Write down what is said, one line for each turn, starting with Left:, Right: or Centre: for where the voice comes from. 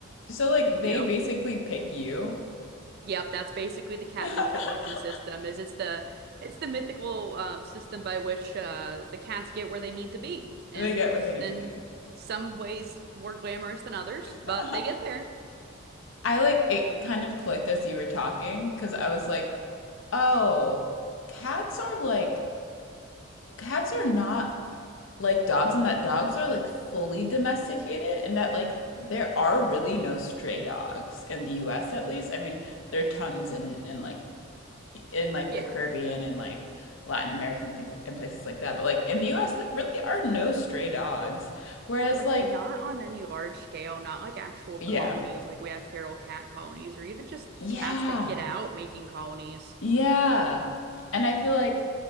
Left: So like
Right: you
Left: they
Right: know,
Left: basically pick you.
Right: yep, that's basically the cat
Left: <laughs>
Right: distribution system is it's the it's the mythical um system by which uh the cats get where they need to be and
Left: They get what they need
Right: in
Left: to be.
Right: some ways more glamorous than others,
Left: <laughs>
Right: but they get there.
Left: I like it kind of clicked as you were talking because I was like, oh, cats are like cats are not like dogs and that dogs are like fully domesticated and that like there are really no stray dogs in the US at least. I mean, there are tons in in like in like
Right: Yeah.
Left: the Caribbean and like Latin American things and places like that. But like in the US, there really are no stray dogs. Whereas
Right: Like
Left: like,
Right: not on any large scale, not like actual
Left: yeah,
Right: colonies like we have feral cat colonies or even just
Left: yeah,
Right: cats that get out making colonies.
Left: yeah. And I feel like